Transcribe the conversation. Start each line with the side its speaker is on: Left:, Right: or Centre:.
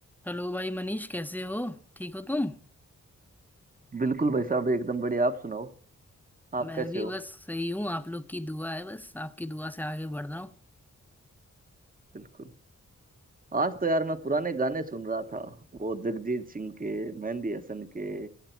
Centre: Hello भाई मनीष कैसे हो ठीक हो तुम
Right: बिल्कुल भाई साहब एकदम बढ़िया आप सुनाओ आप
Centre: मैं
Right: कैसे
Centre: भी
Right: हो
Centre: बस सही हूँ आप लोग की दुआ है बस आपकी दुआ से आगे बढ़ रहा हूँ
Right: बिल्कुल आज तो यार मैं पुराने गाने सुन रहा था वो जगजीत सिंह के मेहंदी हसन के